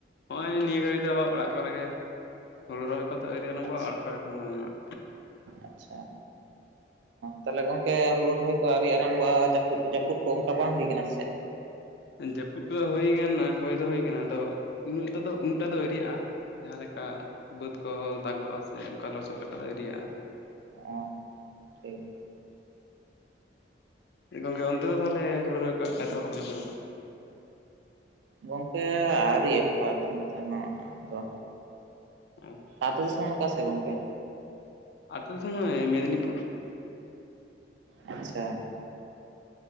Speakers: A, on the left; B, on the right.
A: ᱱᱚᱜᱼᱚᱭ ᱱᱤᱭᱟᱹ ᱜᱷᱟᱹᱲᱤᱡ ᱫᱚ ᱚᱲᱟᱜ ᱠᱚᱨᱮᱜ ᱜᱮ ᱾ ᱦᱩᱲᱩ ᱨᱚᱦᱚᱭ ᱠᱚᱫᱚ ᱟᱹᱣᱨᱤ ᱟᱮᱟᱢᱵᱚᱜ-ᱟ
B: ᱟᱪᱪᱷᱟ
A: ᱚᱲᱟᱜ ᱠᱚᱨᱮᱫ ᱮᱠᱷᱟᱱ ᱫᱚ ᱩᱱᱟᱹᱜ
B: ᱟᱪᱪᱷᱟ᱾ ᱛᱟᱦᱚᱞᱮ ᱜᱚᱝᱠᱮ ᱦᱩᱲᱩ ᱨᱚᱦᱚᱭ ᱠᱚ ᱟᱨᱣᱨᱤ ᱟᱨᱟᱢᱵᱚᱜ-ᱟ ᱡᱟᱯᱩᱫ ᱡᱟᱹᱯᱩᱫ ᱠᱚ ᱚᱱᱠᱟ ᱵᱟᱝ ᱦᱩᱭ ᱠᱟᱱᱟ ᱥᱮ
A: ᱡᱟᱹᱯᱩᱫ ᱠᱚᱫᱚ ᱦᱩᱭ ᱠᱟᱱᱟ ᱦᱩᱭ ᱫᱚ ᱦᱩᱭ ᱠᱟᱱᱟ ᱟᱫᱚ ᱩᱱᱟᱹᱜ ᱩᱱᱟᱹᱜᱴᱟᱜ ᱫᱚ ᱟᱨᱤᱭᱟᱜ-ᱟ᱾ ᱡᱟᱦᱟᱸ ᱞᱮᱠᱟ ᱵᱟᱹᱫᱽ ᱠᱚ ᱫᱟᱜᱚᱜ-ᱟ ᱥᱮ ᱚᱱᱠᱟ ᱞᱚᱥᱚᱫ ᱞᱮᱠᱟ ᱫᱚ ᱟᱹᱨᱤᱭᱟᱹᱜ-ᱟ᱾
B: ᱚ ᱴᱷᱤᱠ᱾
A: ᱜᱚᱝᱠᱮ ᱚᱱᱛᱮ ᱫᱚ ᱛᱟᱦᱚᱞᱮ ᱦᱩᱲᱩ ᱨᱚᱦᱚᱭ ᱠᱚ ᱮᱛᱚᱦᱚᱜ ᱠᱟᱱᱟ ᱥᱮ ᱵᱟᱝ?
B: ᱜᱚᱝᱠᱮ ᱟᱹᱣᱨᱤ ᱮᱦᱚᱵᱚᱜᱛ ᱱᱚᱛᱮ ᱦᱚᱸᱫᱚ᱾
A: ᱦᱮᱸ᱾
B: ᱟᱹᱛᱩ ᱫᱤᱥᱚᱢ ᱫᱚ ᱚᱠᱟ ᱥᱮᱫ ᱜᱚᱝᱠᱮ?
A: ᱟᱛᱳ ᱫᱤᱥᱚᱢ ᱢᱮᱫᱽᱱᱤᱯᱩᱨ
B: ᱟᱪᱪᱷᱟ